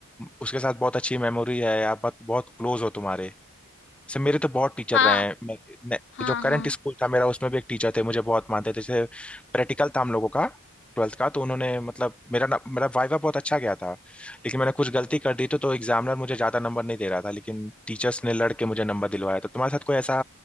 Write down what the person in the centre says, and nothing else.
उसके साथ बहुत अच्छी मेमोरी है या बहुत बहुत क्लोज हो तुम्हारे से मेरे तो बहुत टीचर
रहे हैं मैं, मैं,
जो करंट
स्कूल था मेरा उसमें भी एक टीचर थे मुझे बहुत मानते थे जैसे प्रैक्टिकल था हम लोगों का ट्वेल्थ का तो उन्होंने मतलब मेरा ना मेरा वाइवा बहुत अच्छा गया था लेकिन मैंने कुछ गलती कर दी तो तो एग्जामिनर मुझे ज्यादा नंबर नहीं दे रहा था लेकिन टीचर्स ने लड़ के मुझे नंबर दिलवाया तो तुम्हारे साथ कोई ऐसा